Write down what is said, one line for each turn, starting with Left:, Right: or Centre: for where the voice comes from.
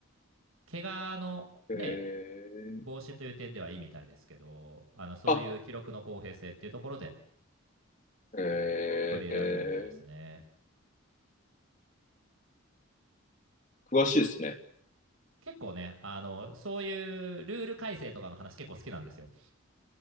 Right: 怪我のね、
Left: ええ。
Right: 防止という点ではいいみたいですけど、あのそういう記録の公平性っていうところで
Left: あ、ええ
Right: 取り入れられないみたいですね。
Left: 詳しいですね。
Right: 結構ね、あのそういうルール改正とかの話結構好きなんですよ。